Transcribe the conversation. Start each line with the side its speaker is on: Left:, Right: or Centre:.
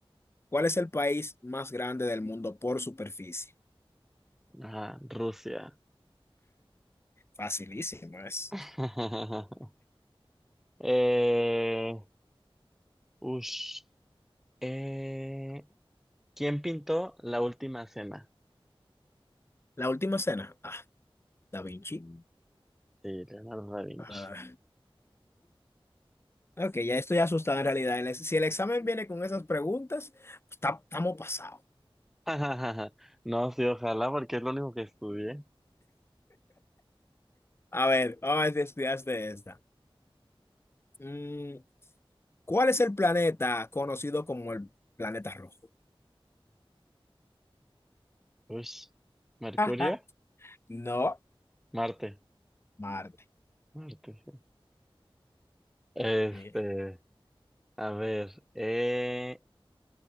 Left: ¿Cuál es el país más grande del mundo por superficie?
Centre: Ajá, Rusia.
Left: Facilísimo es.
Centre: <laughs> Eh, ush. Eh, ¿quién pintó la última cena?
Left: La última cena. Ah, Da Vinci.
Centre: Sí, Leonardo da Vinci.
Left: Ah, Ok, ya estoy asustado en realidad. El ex- Si el examen viene con esas preguntas, estamos pasados.
Centre: <laughs> No, sí, ojalá, porque es lo único que estudié.
Left: A ver, vamos a ver si estudiaste esta. Mm, ¿cuál es el planeta conocido como el planeta rojo?
Centre: Ush. ¿Mercurio?
Left: <laughs> No,
Centre: Marte.
Left: Marte.
Centre: Marte, sí. Este,
Left: Sí.
Centre: a ver. Eh,